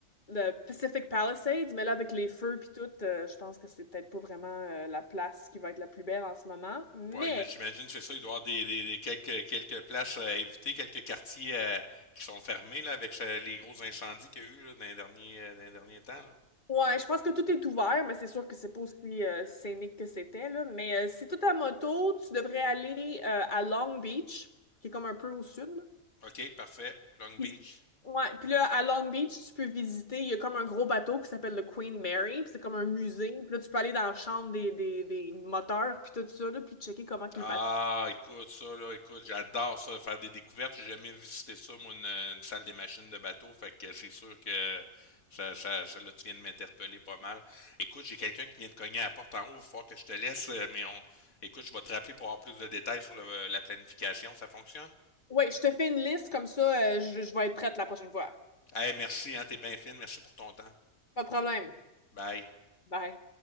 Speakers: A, on the left (about 35°); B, on the left (about 80°).
A: le Pacific Palisades, mais là, avec les feux puis tout, euh, je pense que c'est peut-être pas vraiment euh, la place qui va être la plus belle en ce moment. Mais
B: Ouais, mais j'imagine c'est ça, il doit y avoir des, des- des quelques, quelques places à éviter, quelques quartiers euh, qui sont fermés là, avec euh, les gros incendies qu'il y a eu là, dans les derniers, euh, dans les derniers temps là.
A: Ouais, je pense que tout est ouvert, mais c'est sûr que c'est pas aussi euh, scénique que c'était, là. Mais euh, si tout à moto, tu devrais aller euh, à Long Beach, qui est comme un peu au sud, là.
B: OK, parfait. Long
A: Puis,
B: Beach.
A: ouais, puis là, à Long Beach, tu peux visiter, il y a comme un gros bateau qui s'appelle le Queen Mary, puis c'est comme un musée. Puis là, tu peux aller dans la chambre des, des, des moteurs, puis tout ça, là, puis checker comment que
B: Ah,
A: le bateau...
B: écoute, ça, là, écoute, j'adore ça, faire des découvertes. J'ai jamais visité ça, moi, une, une salle des machines de bateau. Fait que c'est sûr que ça, ça, ça, là, tu viens de m'interpeller pas mal. Écoute, j'ai quelqu'un qui vient de cogner à la porte en haut. Il va falloir que je te laisse, euh, mais on, écoute, je vais te rappeler pour avoir plus de détails sur le- la planification. Ça fonctionne?
A: Ouais, je te fais une liste, comme ça, euh, je, je vais être prête la prochaine fois.
B: Eh, merci, hein, t'es bien fine. Merci pour ton temps.
A: Pas de problème.
B: Bye.
A: Bye.